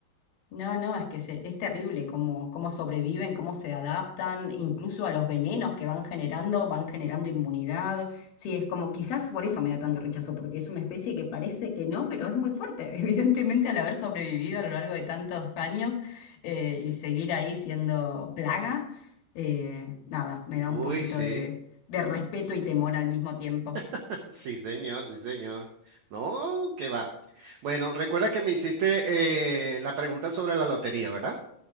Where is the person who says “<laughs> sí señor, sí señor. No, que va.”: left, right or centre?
Right